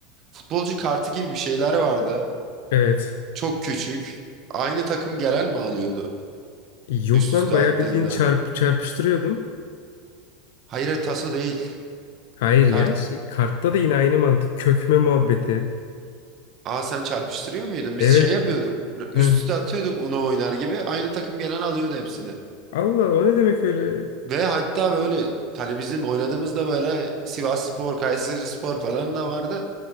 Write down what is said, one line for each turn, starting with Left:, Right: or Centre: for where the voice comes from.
Right: Futbolcu kartı gibi bir şeyler vardı.
Left: Evet.
Right: Çok küçük. Aynı takım gelen mi alıyordu
Left: Yok
Right: üst
Left: lan
Right: üste
Left: bayağı
Right: attığında?
Left: bildiğin çarp çarpıştırıyordun.
Right: Hayır, hayır, taso değil.
Left: Hayır
Right: Kart.
Left: ya şey, kartta da yine aynı mantık. Kökme muhabbeti.
Right: Aa sen çarpıştırıyor muydun?
Left: Evet.
Right: Biz şey yapıyorduk. Üst
Left: Heh.
Right: üste atıyorduk Uno oynar gibi. Aynı takım gelen alıyordu hepsini.
Left: Allah o ne demek öyle?
Right: Ve hatta böyle hani bizim oynadığımızda böyle Sivasspor, Kayserispor falan da vardı.